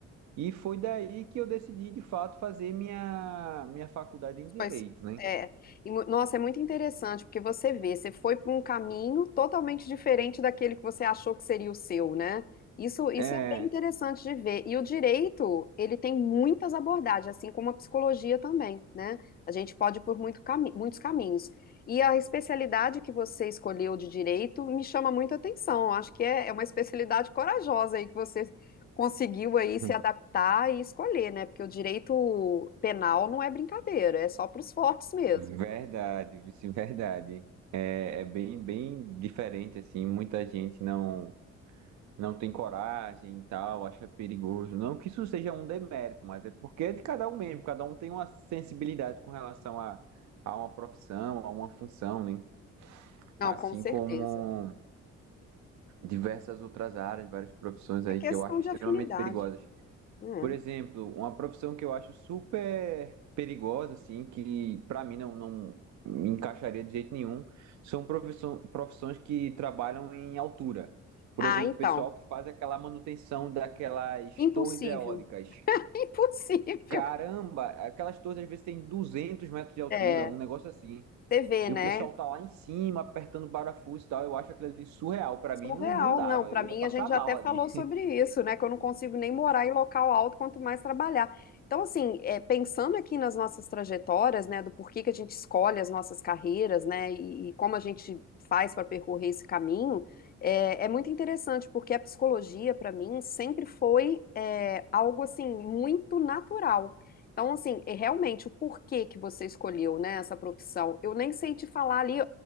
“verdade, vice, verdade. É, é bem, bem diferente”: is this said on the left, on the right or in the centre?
Right